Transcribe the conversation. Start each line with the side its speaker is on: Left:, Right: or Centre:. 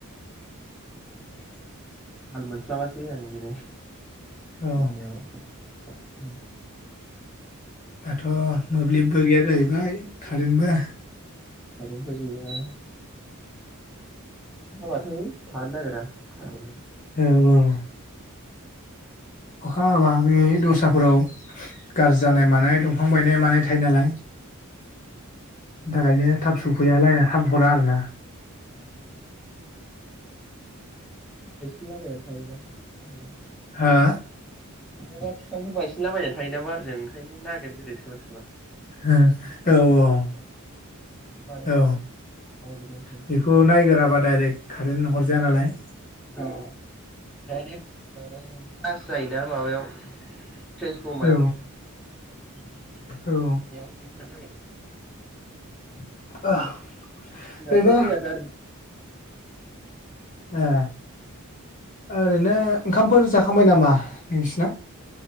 Left: <inaudible>
Centre: थाल मोनस्लाबासै आं दिनै
Left: औ
Centre: मोनायाव उम
Left: दाथ' मोब्लिबबो गैया जाहैबाय कारेन्टबो
Centre: खारेनबो गैया। हाबाथाय थानो नागिरा <unintelligible>
Left: ओं ओं अखा हाबा बे दस्राफोराव गाज्रि जानाय मानाय दंफां बायनाय मानाय थायो नालाय थाखायनो थाब सफैया लाइन आ थाब हरा आरो ना
Centre: ओं बायसिनला बायनानै थायोना
Left: हा
Centre: बहायबा बिफांफोर बायसिनला थायोना बारजों ओंखायनो नागिरगोन सोरबा सोरबा
Left: ओं औ औ
Centre: कारेन्ट बानायनो कारेन्ट बानायग्राफ्रा
Left: औ
Centre: नागिरो ओंखायनो
Left: बेखौ नायगोराबा डाइरेक्ट खारेन हरजाया नालाय
Centre: औ डायरेक्ट बाबायो बास जायोना माबायाव ट्रेन्सफमायाव
Left: औ
Centre: बेयावनो
Left: औ
Centre: दिगदार जायो।
Left: <inaudible>
Centre: जोंनाबो
Left: ओरैनो
Centre: मैया गार
Left: ए ओरैनो ओंखामफोर जाखांबाय नामा नोंसिना?